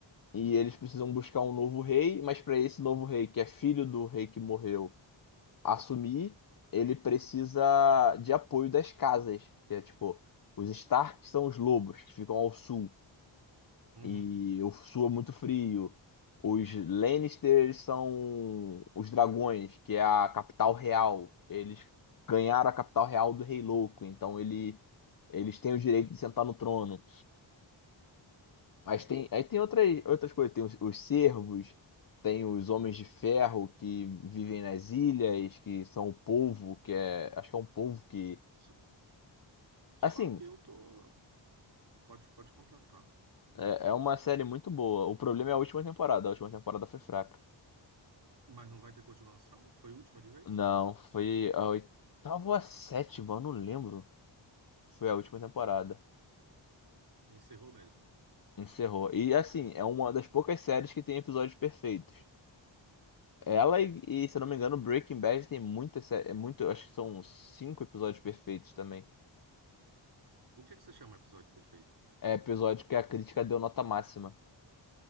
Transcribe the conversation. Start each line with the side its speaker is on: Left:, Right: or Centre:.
Left: e eles precisam buscar um novo rei, mas para esse novo rei, que é filho do rei que morreu, assumir, ele precisa de apoio das casas, que é tipo, os Stark são os lobos que ficam ao sul
Right: Uhum.
Left: e eu suo muito frio. Os Lannisters são os dragões, que é a capital real. Eles ganharam a capital real do Rei Louco, então ele, eles têm o direito de sentar no trono. Mas tem, aí tem outras, outras coisas, tem os, os servos, tem os homens de ferro que vivem nas ilhas, que são o povo, que é, acho que é um povo que,
Right: Só só
Left: assim,
Right: que eu tô. Pode, pode completar.
Left: é, é uma série muito boa. O problema é a última temporada, a última temporada foi fraca.
Right: Mas não vai ter continuação? Foi a última de vez?
Left: Não, foi a oitava ou a sétima, eu não lembro. Foi a última temporada.
Right: Encerrou mesmo.
Left: Encerrou. E assim, é uma das poucas séries que tem episódios perfeitos. Ela
Right: Hum.
Left: e, e, se eu não me engano, Breaking Bad tem muitas sé- é muito, acho que são cinco episódios perfeitos também.
Right: O que é que você chama episódio perfeito?
Left: É episódio que a crítica deu nota máxima.